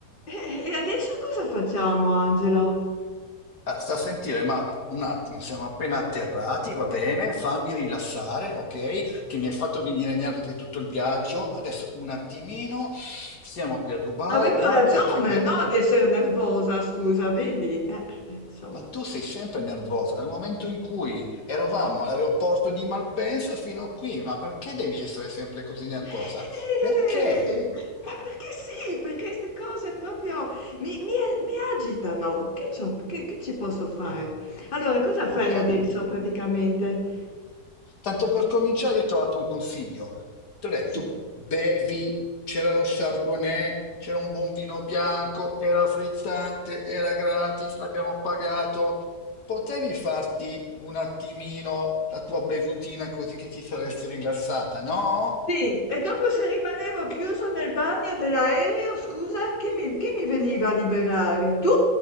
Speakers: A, on the left (about 30°); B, on the left (about 80°).
A: E e adesso cosa facciamo, Angelo?
B: Ah, sta a sentire, Maura, un attimo, siamo appena atterrati, va bene, fammi rilassare, ok? Che mi hai fatto venire nervi per tutto il viaggio. Adesso un attimino, siamo qui a Dubai,
A: Avevo
B: guarda
A: ragione,
B: che bello.
A: no, di essere nervosa, scusa, vedi? Eh, eh, insomma.
B: Ma tu sei sempre nervosa dal momento in cui eravamo all'aeroporto di Malpensa fino a qui, ma perché devi essere sempre così nervosa?
A: <laughs>
B: Perché?
A: Eh, Ma perché sì? Perché queste cose proprio mi, mi- mi agitano. Che, c'ho- che- che ci posso fare? Allora, cosa fai
B: Ho capito.
A: adesso praticamente?
B: Tanto per cominciare, io ti ho dato un consiglio. Ti ho detto,
A: Sì.
B: bevi, c'era lo Chardonnay, c'era un buon vino bianco, era frizzante, era gratis, l'abbiamo pagato. Potevi farti un attimino la tua bevutina così che ti saresti rilassata, no?
A: Sì, e dopo se rimanevo chiuso nel bagno dell'aereo, scusa, chi mi, chi mi veniva a liberare? Tu?